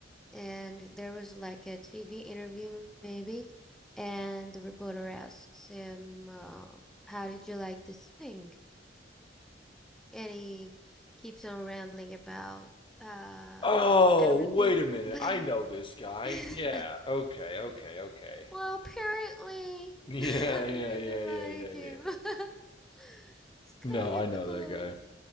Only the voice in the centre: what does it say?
and there was like a TV interview maybe, and the reporter asks him, uh, "How did you like the swing?" And he keeps on rambling about, uh.
everything,
buddy.
<laughs>
Well,
apparently,
<laughs> I
really
like
him. <laughs> It's kind
of
cool.